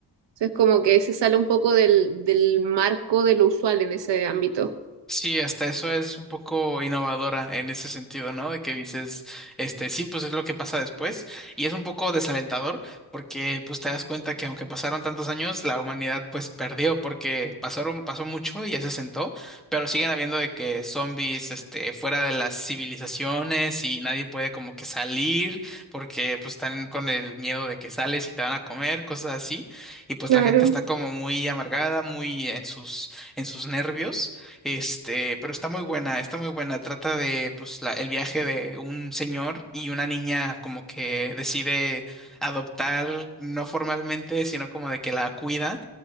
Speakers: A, on the right; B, in the centre.
A: Entonces, como que se sale un poco del, del marco de lo usual en ese ámbito.
B: Sí, hasta eso es un poco innovadora en ese sentido, ¿no? De que dices, este, sí, pues es lo que pasa después. Y es un poco desalentador porque pues te das cuenta que aunque pasaron tantos años, la humanidad pues perdió porque pasaron, pasó mucho y ya se sentó, pero siguen habiendo de que zombies, este, fuera de las civilizaciones y nadie puede como que salir porque pues están con el miedo de que sales y te van a comer, cosas así. Y pues
A: Claro,
B: la gente está como muy amargada, muy en sus, en sus nervios. Este, pero está muy buena, está muy buena. Trata de, pues, la- el viaje de un señor y una niña como que decide adoptar, no formalmente, sino como de que la cuida